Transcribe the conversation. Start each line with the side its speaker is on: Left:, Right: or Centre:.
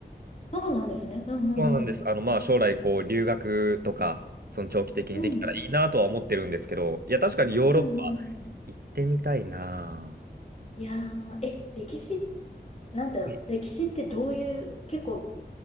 Left: そうなんですね。うんうんうん。
Right: そうなんです。あの、まあ、将来、こう、留学とか、その長期的にできたらいいなとは思ってるんですけど、
Left: うん。
Right: いや、確かにヨーロッパ
Left: うんうんうん。
Right: 行ってみたいな。
Left: いやー、え、歴史、なんだろう。
Right: はい
Left: 歴史ってどういう、結構